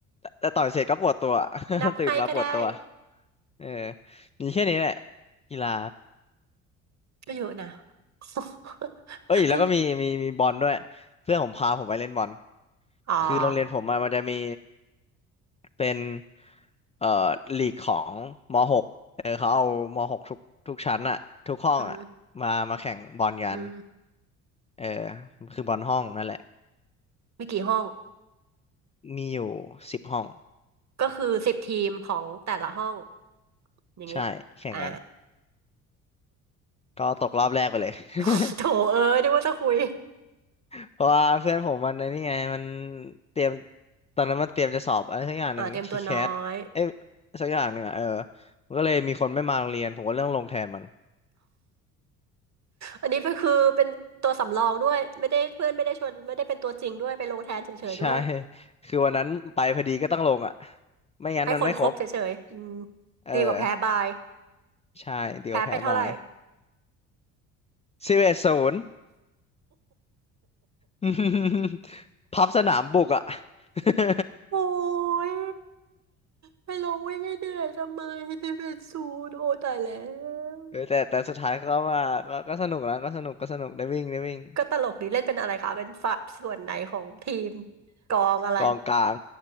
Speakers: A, on the left; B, on the right.
A: แต่ต่อยเสร็จก็ปวดตัว <laughs>
B: นับให้ก็ได้
A: ตื่นมาปวดตัวเออมีแค่นี้แหละกีฬา
B: ก็เยอะนะ <laughs>
A: เอ้ยแล้วก็มีมีมีบอลด้วยเพื่อนผมพาผมไปเล่นบอล
B: ก็อ๋อ
A: คือโรงเรียนผมอะมันจะมีเป็นเอ่อลีกของม .6 เออเขาเอาม .6 ทุกทุกชั้นอะทุกห้องอะมามาแข่งบอลกัน
B: อืมอืม
A: เออคือบอลห้องนั่นแหละ
B: มีกี่ห้อง
A: มีอยู่สิบห้อง
B: ก็คือสิบทีมของแต่ละห้องอย่างงี้
A: ใช่แข่งกัน
B: อ่า
A: ก็ตกรอบแรกไปเลย <laughs>
B: <laughs> โถเอ้ยนึกว่าจะคุย
A: เพราะว่าเพื่อนผมมันไอ้นี่ไงมันเตรียมตอนนั้นมันเตรียมจะสอบอะไรสักอย่างหนึ่งทีแคสเอ้ย
B: อ่าเตรียมตัวน้อย
A: สักอย่างหนึ่งอ่ะเออมันก็เลยมีคนไม่มาโรงเรียนผมก็เรื่องลงแทนมัน
B: อันนี้เป็นคือเป็นตัวสำรองด้วยไม่ได้เพื่อนไม่ได้ชวนไม่ได้เป็นตัวจริงด้วยไปลงแทนเฉยๆด้วย
A: <laughs> ใช่ <laughs> คือวันนั้นไปพอดีก็ต้องลงอ่ะไม่งั้นมันไม่ครบ
B: ให้คนครบเฉยๆอืม
A: เออ
B: ดีกว่าแพ้บาย
A: ใช่เดี๋ยวแพ้บาย
B: แพ้ไปเท่าไหร่
A: สิบเอ็ดศูนย์ <laughs> พับสนามบุกอ่ะ <laughs>
B: โอ้ยไปลงวิ่งให้เหนื่อยทำไมสิบเอ็ดศูนย์โอ้ตายแล้ว
A: เออแต่แต่สุดท้ายก็ว่าก็ก็สนุกนะก็สนุกก็สนุกได้วิ่งได้วิ่ง
B: ก็ตลกดีเล่นเป็นอะไรคะเป็นฝ่ายส่วนไหนของทีมกองอะไร
A: กองกลาง